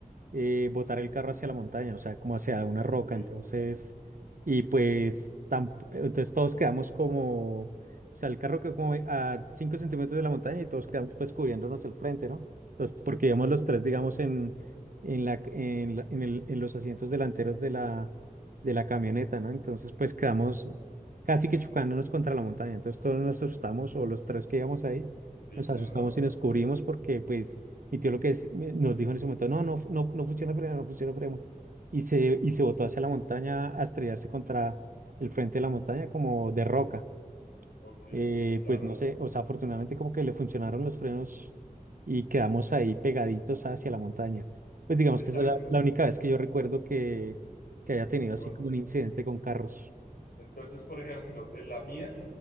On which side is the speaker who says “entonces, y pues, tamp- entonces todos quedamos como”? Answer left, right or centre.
Right